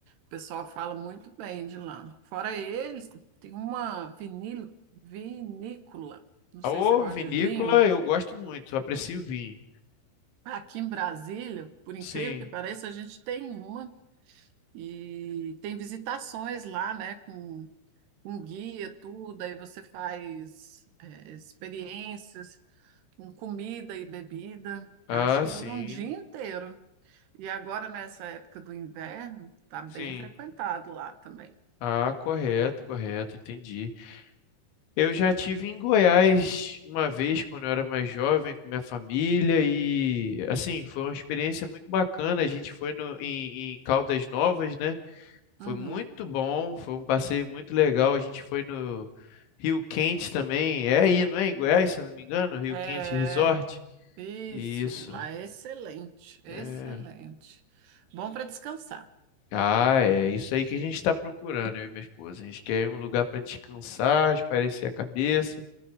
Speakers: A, on the right (about 70°); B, on the left (about 80°).
A: O pessoal fala muito bem de lá. Fora eles, tem uma vinil, vinícola. Não sei
B: A ô,
A: se você gosta
B: vinícola
A: de vinho.
B: eu gosto muito, aprecio vinho.
A: Aqui em Brasília, por incrível
B: Sim.
A: que pareça, a gente tem uma e tem visitações lá, né? Com, com guia, tudo. Aí você faz é, experiências com comida e bebida.
B: Ah,
A: Eu acho que
B: sim,
A: dura um dia inteiro. E agora, nessa época do inverno, tá bem
B: sim.
A: frequentado lá também.
B: Ah, correto, correto, entendi. Eu já tive em Goiás uma vez quando eu era mais jovem com minha família e assim, foi uma experiência muito bacana. A gente foi no, em, em Caldas Novas, né? Foi
A: Uhum.
B: muito bom, foi um passeio muito legal. A gente foi no Rio Quente também. É aí, não é? Em Goiás, se eu não me engano, Rio
A: É,
B: Quente Resort.
A: isso,
B: Isso.
A: lá é excelente, excelente.
B: É.
A: Bom para descansar.
B: Ah, é isso aí que a gente está procurando, eu e minha esposa. A gente quer um lugar para descansar, espairecer a cabeça.